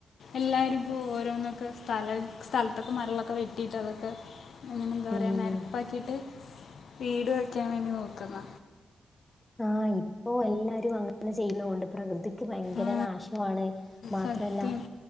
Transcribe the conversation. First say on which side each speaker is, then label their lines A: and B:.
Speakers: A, on the left; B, on the left.
A: എല്ലാവർക്കും ഓരോന്ന് ഒക്കെ സ്ഥല സ്ഥലത്തൊക്കെ മരങ്ങൾ ഒക്കെ വെട്ടിയിട്ട് അതൊക്കെ. അങ്ങനെ എന്താ
B: ഉം
A: പറയുക നിരപ്പാക്കിയിട്ട് വീട് വയ്ക്കാൻ വേണ്ടി നോക്കുന്ന.
B: ആഹ് ഇപ്പോ എല്ലാരും അങ്ങനെ ചെയ്യുന്ന കൊണ്ട് പ്രകൃതി. ക്ക് ഭയങ്കര
A: ആ
B: നാശമാണ് മാത്രല്ല.
A: സത്യം